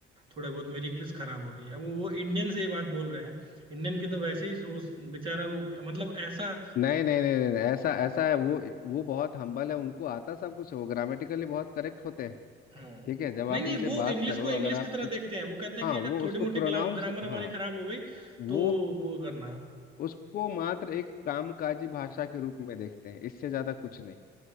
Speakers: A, on the right; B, on the left.
A: थोड़ा बहुत मेरी इंग्लिश खराब होगी अब वो इंडियन से ये बात बोल रहे हैं इंडियन की तो वैसे ही वो बेचारा वो- मतलब ऐसा
B: नहीं नहीं नहीं नहीं नहीं, ऐसा ऐसा है वो वो बहुत हम्बल है उनको आता सब कुछ है वो ग्रामेटिकली बहुत करेक्ट होते हैं
A: हाँ
B: ठीक है जब
A: नहीं
B: आप
A: नहीं
B: उनसे
A: वो
B: बात
A: इंग्लिश
B: करो
A: को इंग्लिश
B: अगर आप
A: की तरह
B: कुछ
A: देखते हैं वो कहते हैं
B: हाँ
A: कि अगर
B: वो
A: थोड़ी
B: उसको
A: मोटी
B: प्रोनाउंस
A: ग्रामर
B: हाँ
A: हमारी खराब हो गई
B: वो
A: तो वो करना
B: उसको मात्र एक कामकाजी भाषा के रूप में देखते हैं इससे ज्यादा
A: हाँ
B: कुछ नहीं